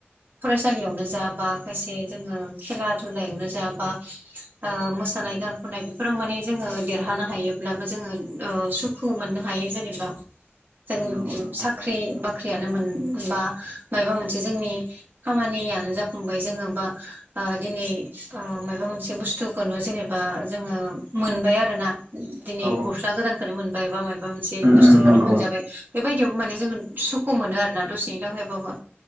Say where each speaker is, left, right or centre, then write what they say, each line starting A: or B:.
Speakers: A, on the right (about 50°); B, on the right (about 90°).
A: फरायसालियावनो जा बा खायसे जोङो खेला धुलायावनो जा बा ओ मोसानाय गान खननाय बेफोराव माने जोङो देरहानो हायोब्लाबो जोङो ओ सुख खु मोननो हायो जेनेबा जों
B: नंगौ नंगौ
A: साख्रि बाख्रियानो मोन बा मायबा मोनसे जोंनि खामानियानो जाफुंबाय जोङो बा बा दिनै ओ मायबा मोनसे बुस्थुखौनो जेनेबा जोङो मोनबाय आरोना दिनै
B: औ
A: गस्ला गोदानखोनो मोनबाय बा मायाबा मोनसे
B: उम
A: बुस्थुखौनो
B: उम नंगौ
A: मोनजाबाय बेबायदियावबो माने जों सुख सुखु मोनो आरोना दसेनि थाखायबाबो